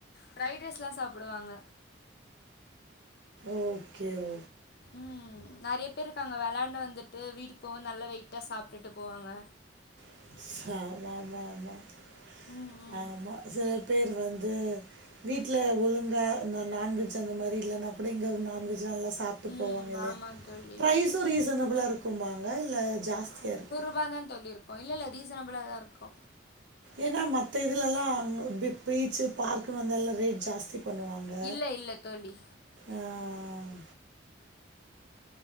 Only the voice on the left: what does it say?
ஃப்ரைட் ரைஸ்லா சாப்புடுவாங்க
ம் நெறைய பேர் இருக்காங்க வெளாண்டு வந்துட்டு வீட்டுக்கு போவ நல்லா வெயிட்டா சாப்பிட்டுட்டு போவாங்க
ம் ம்
ம்
ஆமாம் தோழி
<unintelligible> தா தோழி இருக்கு இல்ல இல்ல ரீசனபிளா தா இருக்கு
இல்லை இல்லை தோழி